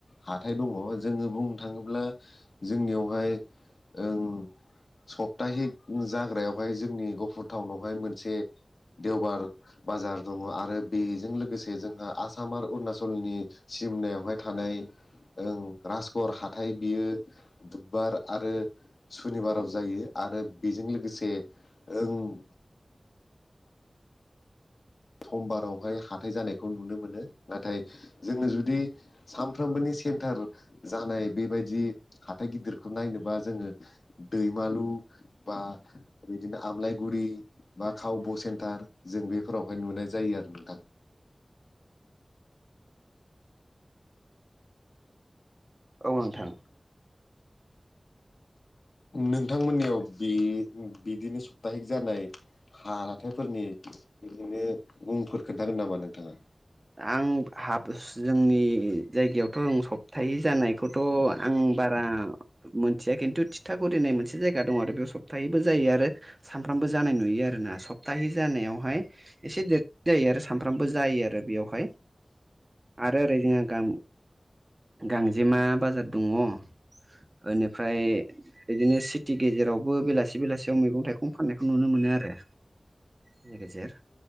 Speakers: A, on the left; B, on the right.
A: हाथाय दङ जोङो बुंनो थाङोब्लाबो जोंनियावहाय ओं सप्ताहिक जाग्रायावहाय जोंनि गफुर टाउनावहाय मोनसे देवबार बाजार दङ आरो बेजों लोगोसे जोंहा आसाम आसाम आरो अरुणाचलनि सिमनायावहाय थानाय ओं राजगर हाथाय बियो बुधबार आरो सुनिबाराव जायो आरो बेजों लोगोसे। ओं। समबारावहाय हाथाय जानायखौ नुनो मोनो नाथाय जोङो जुदि सानफ्रोमबोनि सेन्टार जानाय बेबायदि हााइ गिदिरखौ नायनोबा जोङो। दैमालु बा बिदिनो आमलायगुरि बा कावब' सेन्टार जों ओ बेफोरावहाय नुनाय जायो आरो नोंथां
B: औ नोंथां।
A: नोंथांमोननियाव बे बिदिनो सप्ताहिक जानाय हाथायफोरनि बिदिनो मुंफोर खोन्थागोन नामा नोंथाङा?
B: आं ह जोंनि जायगायावथ' रों सप्ताहै जानायखौथ' आं बारा मोनथिया खिन्थु थिथागुरि होननाय मोनसे जायगा दं आरो बेयाव सप्ताहैबो जायो आरो। सानफ्रामबो जानाय नुयो आरोना सप्ताहै जानायावहाय एसे देरसिन जायो आरो सानफ्रामबो जायो आरो। थाबाय आरो ओरै जोंहा गा गांजेमा बाजार दङ ओनिफ्राय बिदिनो सिटि गेजेरावबो बेलासि बेलासियाव मैगं थाइगं फाननायखौ नुनो मोनो आरो। लोगोसे